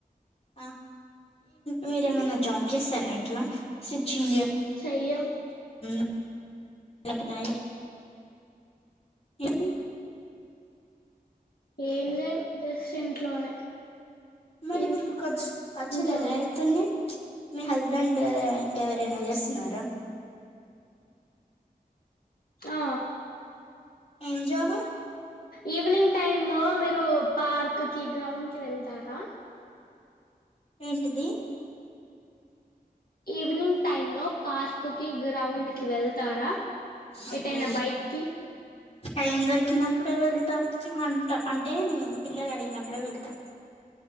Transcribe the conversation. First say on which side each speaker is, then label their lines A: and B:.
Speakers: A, on the left; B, on the left.
A: ఆహ మీరు
B: మ్మ్.
A: ఏమన్నా జాబ్ చేస్తార స్టిచింగ్ ఏ
B: చెయ్యం
A: ఎవరికీ
B: ఏం చెయన్ జస్ట్ ఇంట్లోనే
A: మరి
B: ఇంట్లో
A: మీ కొచ్చ్ పచ్చల
B: ఇంట్లోనే
A: ఎలా వెళ్తుంది మీ హస్బెండ్ ఇంక ఏవరైనా చేస్తున్నారా
B: ఆ
A: ఏం జాబ్
B: ఈవినింగ్ టైమ్ లో మీరు పార్క్ కి గ్రౌండ్ కి వెళ్తారా
A: ఏంటాది
B: ఈవినింగ్ టైమ్ లో పార్క్ గ్రౌండ్ కి వెళ్తారా
A: అబ్బో
B: ఎటైనా బయట్కి
A: టైం దొరికినప్పుడే వెళ్తాం అంట అంటే పిల్లలు అడిగినప్పుడే వెళ్తాం